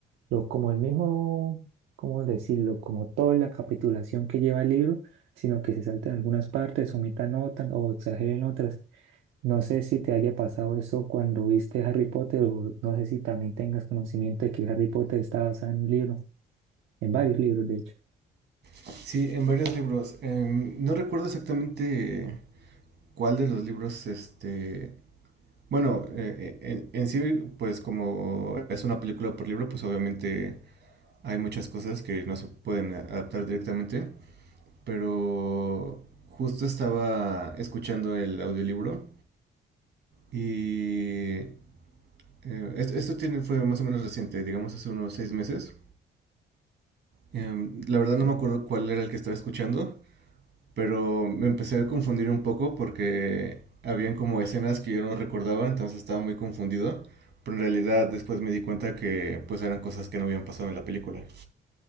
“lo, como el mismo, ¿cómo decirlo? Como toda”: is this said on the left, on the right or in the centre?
Right